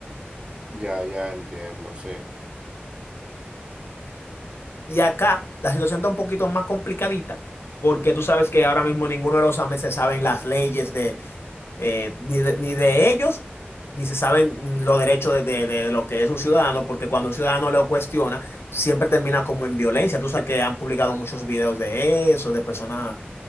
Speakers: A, on the right; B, on the left.
A: ya, ya entiendo, sí.
B: Y acá la situación está un poquito más complicadita porque tú sabes que ahora mismo ninguno de los AME se saben las leyes de eh, ni de, ni de ellos, ni se saben los derechos de, de- de lo que es un ciudadano, porque cuando un ciudadano lo cuestiona, siempre termina como en violencia. Tú sabes que han publicado muchos videos de eso, de personas